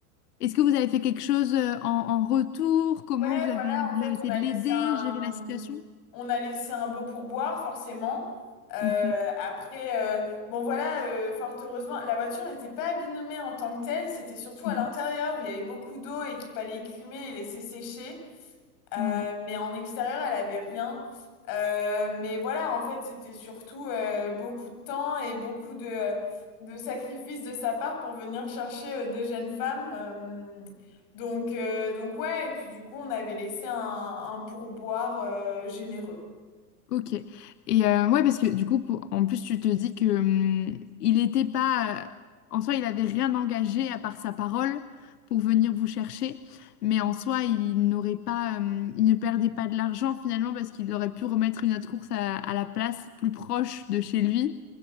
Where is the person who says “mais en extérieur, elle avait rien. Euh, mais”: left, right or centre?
Left